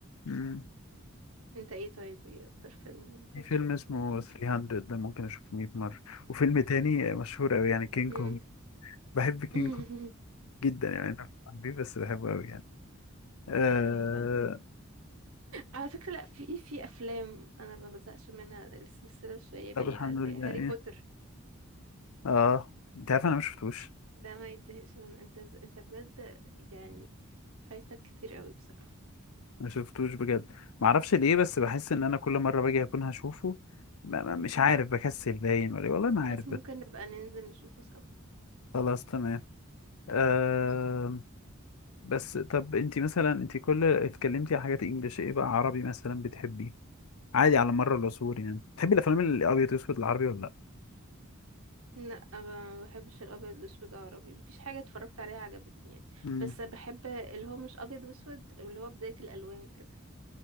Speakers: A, on the left; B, on the right.
A: مم.
B: أنت إيه طيب إيه أكتر فيلم ممكن
A: في فيلم
B: تشوفه
A: اسمه
B: كذا مرة
A: 300 ده ممكن اشوفه 100 مرة وفيلم تاني مشهور قوي يعني كينج
B: مم.
A: كونج بحب كينج
B: <laughs>
A: كونج جدا يعني انا حبيبي بس بحبه قوي يعني مم.
B: أيوة
A: آه...
B: فاهم على فكرة لأ في في أفلام أنا ما بزهقش منها السلسلة الشهيرة
A: طب حلو
B: بقى
A: الحمد
B: اللي
A: لله
B: هاري
A: ايه
B: بوتر
A: اه انت عارف انا ما شفتوش
B: ده ما يتزهقش منه أنت ز... أنت بجد يعني فايتك كتير قوي بصراحة
A: ما شفتوش بجد ما اعرفش ليه بس بحس ان انا كل مره باجي اكون هشوفه ما ما-
B: مم.
A: مش عارف بكسل باين ولا إيه، والله ما عارف
B: بس ممكن
A: بس
B: نبقى ننزل نشوفه سوا
A: خلاص تمام أه
B: ماشي
A: بس طب انت مثلا انت كل اتكلمتي على حاجات انجليش ايه بقى عربي مثلا بتحبي عادي على مر العصور يعني بتحبي الافلام الابيض واسود العربي ولا لا
B: لا ما بحبش الابيض واسود عربي مفيش حاجه اتفرجت عليها عجبتني يعني
A: امم
B: بس بحب اللي هو مش ابيض واسود اللي هو بدايه الالوان كده